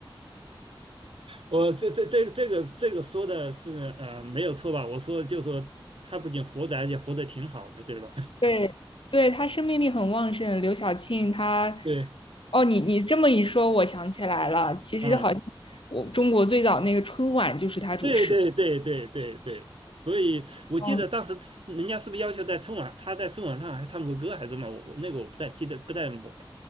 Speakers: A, on the right; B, on the left.
A: 我这这这这个这个说的是呃没有错吧？我说就说他不仅活着，而且活得挺好的，对吧？
B: 对，对，他生命力很旺盛。刘晓庆他
A: <laughs> 对
B: 哦，你你这么一说，我想起来了，其实好像我中国最早那个春晚就是他主持的。
A: 啊。对对对对对对，所以我记得当时人家是不是要求在春晚，
B: 哦，
A: 他在春晚上还唱过歌还是什么？我我那个我不太记得，不太我